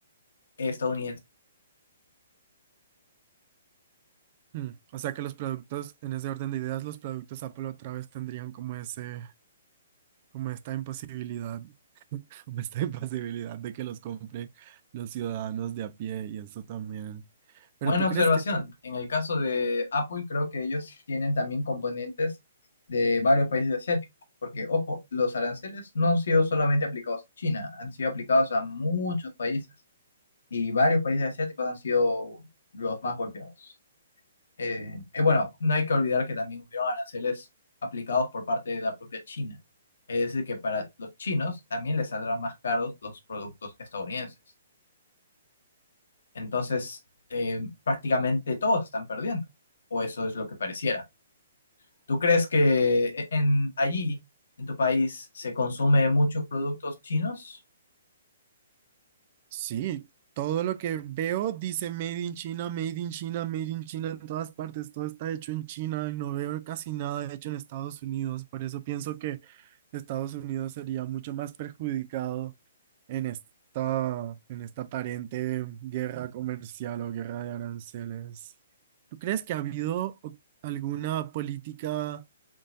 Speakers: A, on the left; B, on the right.
A: estadounidenses
B: mm, o sea que los productos, en ese orden de ideas, los productos Apple otra vez tendrían como ese, como esta imposibilidad, <laughs> como esta imposibilidad de que los compren los ciudadanos de a pie y eso también. Pero
A: Buena
B: ¿tú crees
A: observación.
B: que esto
A: En el caso de Apple, creo que ellos tienen también componentes de varios países asiáticos, porque, ojo, los aranceles no han sido solamente aplicados a China, han sido aplicados a muchos países y varios países asiáticos han sido los más golpeados. Eh, eh, bueno, no hay que olvidar que también hubieron aranceles aplicados por parte de la propia China. Es decir, que para los chinos también les saldrán más caros los productos estadounidenses. Entonces, eh, prácticamente todos están perdiendo, o eso es lo que pareciera. ¿Tú crees que e-, en, allí, en tu país, se consume muchos productos chinos?
B: Sí, todo lo que veo dice Made in China, Made in China, Made in China en todas partes, todo está hecho en China, no veo casi nada hecho en Estados Unidos, por eso pienso que Estados Unidos sería mucho más perjudicado en esta, en esta aparente guerra comercial o guerra de aranceles. ¿Tú crees que ha habido o- alguna política?